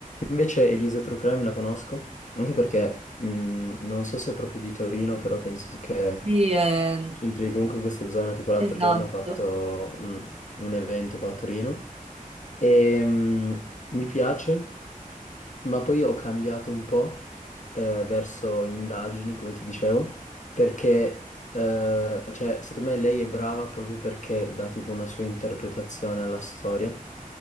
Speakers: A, on the left; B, on the right.
A: Invece Elisa True Crime la conosco, anche perché mh, non so se è proprio di Torino, però penso che
B: Sì, eh,
A: c'entri comunque in questa zona, tipo l'altro
B: esatto.
A: giorno ho fatto mh, un evento qua a Torino e mh, mi piace. Ma poi ho cambiato un po' eh, verso indagini, come ti dicevo, perché eh, cioè, secondo me lei è brava proprio perché dà tipo una sua interpretazione alla storia,